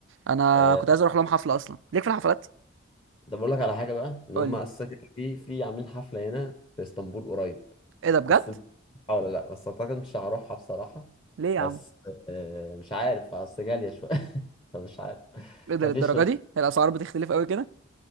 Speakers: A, on the right; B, on the left.
A: انا
B: آه،
A: كنت عايز اروح لهم حفله اصلا ليك في الحفلات
B: ده بقول لك على حاجه بقى ان
A: قول
B: هم
A: لي
B: اساسا كده في في عاملين حفله هنا في اسطنبول قريب
A: ايه ده بجد
B: بس مش عارف ولا لا بس اعتقد مش هروحها بصراحه
A: ليه يا
B: بس
A: عم
B: آه، مش عارف اصل غاليه شويه <laughs> فمش عارف
A: ايه ده
B: مفيش
A: للدرجه دي
B: <laughs>
A: هي الاسعار بتختلف قوي كده